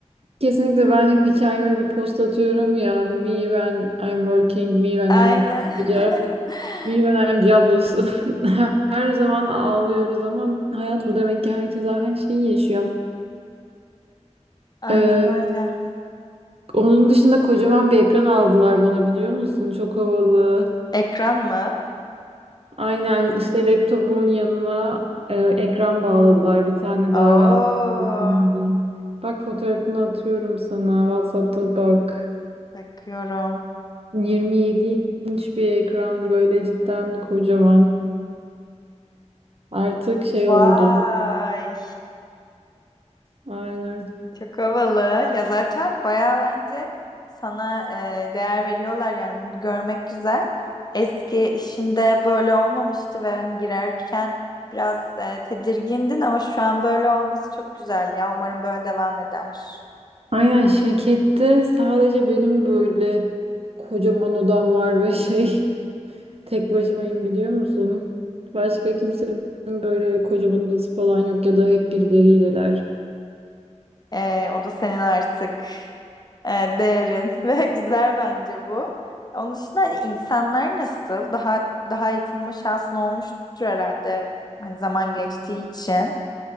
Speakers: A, on the right (about 55°); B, on the left (about 35°).
A: Kesinlikle ben hep hikayeme bir post atıyorum ya. Me when I'm working, me when
B: Aynen.
A: I'm looking for a job.
B: <laughs>
A: Milyonerci ablası. <laughs> Her zaman ağlıyoruz ama hayat bu demek ki herkes aynı şeyi yaşıyor.
B: Aynen
A: Ee,
B: öyle.
A: onun dışında kocaman bir ekran aldılar bana biliyor musun? Çok havalı.
B: Ekran mı?
A: Aynen işte laptopumun yanına e, ekran bağladılar bir tane
B: Oo,
A: daha rahat. edeyim diye. Bak fotoğrafını atıyorum sana. WhatsApp'ta bak.
B: bakıyorum.
A: 27 inç bir ekran böyle cidden kocaman. Artık şey
B: Vay,
A: oldu. Aynen.
B: çok havalı. Ya zaten bayağı bence sana e, değer veriyorlar yani bunu görmek güzel. Eski işinde böyle olmamıştı ve hani girerken biraz e, tedirgindin ama şu an böyle olması çok güzel ya. Umarım böyle devam eder.
A: Aynen şirkette sadece benim böyle kocaman odam var ve şey <laughs> tek başımayım biliyor musun? Başka kimsenin böyle kocaman odası falan yok ya da hep birileriyle.
B: Ee, o da senin artık e, değerin <laughs> ve güzel bence bu. Onun dışında hani insanlar nasıl? Daha daha iyi tanıma şansın olmuştur herhalde. Hani zaman geçtiği için.